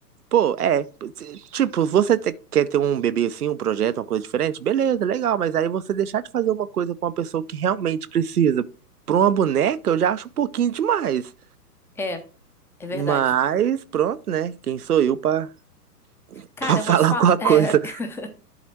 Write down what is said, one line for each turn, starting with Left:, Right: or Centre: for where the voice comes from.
Right: Pô, é. se- Tipo, você te- quer ter um bebê assim, um projeto, uma coisa diferente? Beleza, legal, mas aí você deixar de fazer uma coisa pra uma pessoa que realmente precisa. Pra uma boneca, eu já acho um pouquinho demais.
Centre: É, é verdade.
Right: Mas, pronto, né? Quem sou eu pra, <laughs>
Centre: Cara,
Right: pra
Centre: eu
Right: falar
Centre: vou te falar.
Right: alguma coisa?
Centre: <laughs>